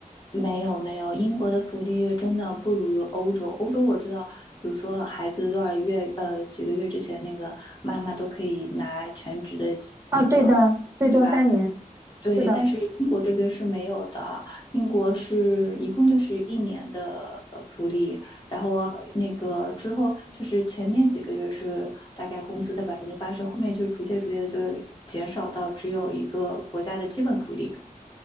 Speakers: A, on the left; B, on the right.
A: 没有没有，英国的福利真的不如欧洲。欧洲我知道，比如说孩子多少月，呃，几个月之前，那个妈妈都可以拿全职的那个，
B: 啊，对的，最多三年。
A: 对吧？对，
B: 是的，
A: 但是英国这边是没有的。英国是一共就是一年的呃福利，然后那个之后就是前面几个月是大概工资的百分之八十，后面就逐渐逐渐的就减少到只有一个国家的基本福利。